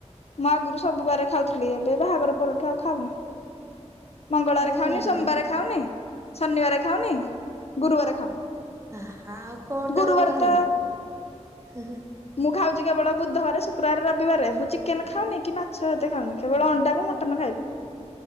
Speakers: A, on the left (about 60°); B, on the right (about 25°).
A: ମୁଁ ଆଗରୁ ସବୁ ବାର ଖାଉଥିଲି, ଏବେ ବାହାଘର ପରଠା ଆଉ ଖାଉନି। ମଙ୍ଗଳବାର ଖାଉନି,
B: କଣ
A: ସୋମବାର
B: ପାଇଁ?
A: ଖାଉନି, ଶନିବାର ଖାଉନି, ଗୁରୁବାର ଖାଉନି।
B: ଆ ଆଉ କଣଟା
A: ଗୁରୁବାର
B: ବଳକା ହେଲା?
A: ତ
B: ହ ହ
A: ମୁଁ ଖାଉଛି କେବଳ ବୁଧବାର, ଶୁକ୍ରବାର, ରବିବାରେ ମୁଁ ଚିକେନ ଖାଉନି, କି ମାଛ ଏତେ ଖାଉନି କେବଳ ଅଣ୍ଡା କୁ ମଟନ ଖାଇବି।